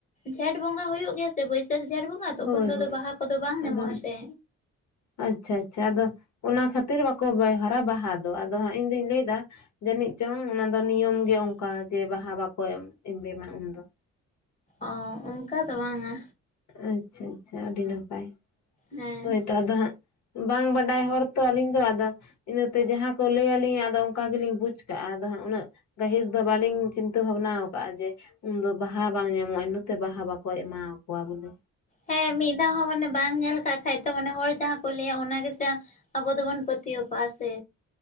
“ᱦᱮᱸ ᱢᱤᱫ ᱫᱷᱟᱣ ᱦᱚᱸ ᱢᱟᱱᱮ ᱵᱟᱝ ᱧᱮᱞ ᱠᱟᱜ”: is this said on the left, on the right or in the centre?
Left